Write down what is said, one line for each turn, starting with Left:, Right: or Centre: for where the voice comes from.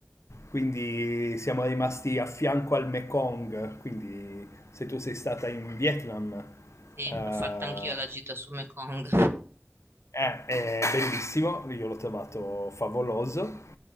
Left: Quindi siamo rimasti a fianco al Mekong, quindi se tu sei stata in Vietnam,
Right: Sì,
Left: eh,
Right: l'ho fatta anch'io la gita su Mekong.
Left: eh, è bellissimo, io l'ho trovato favoloso.